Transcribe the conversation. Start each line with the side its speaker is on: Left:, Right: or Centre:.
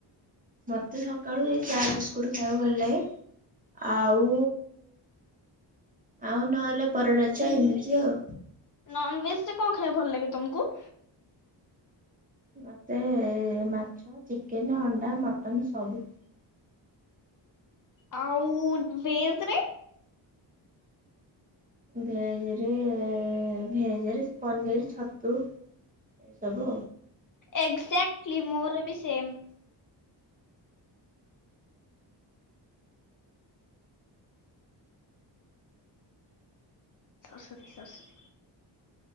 Right: ମତେ ସକାଳୁ ଏଇ ଚା ବିସ୍କୁଟ୍ ଖାଇବାକୁ ଭଲ ଲାଗେ। ଆଉ, ଆଉ ନ ହେଲେ ପରଟା, ଚା ଏମିତି ଆଉ।
Left: ନନ୍ ଭେଜ୍ରେ କଣ ଖାଇବା ଭଲ ଲାଗେ ତମକୁ?
Right: ମତେ ମାଛ, ଚିକେନ୍, ଅଣ୍ଡା, ମଟନ ସବୁ।
Left: ଆଉ ଭେଜ୍ରେ
Right: ଭେଜରେ ଭେଜରେ ପନିର୍, ଛତୁ। ଏଇ ସବୁ।
Left: ଏକ୍ଜାକ୍ଲି ମୋର ବି same. Sorry. Sorry.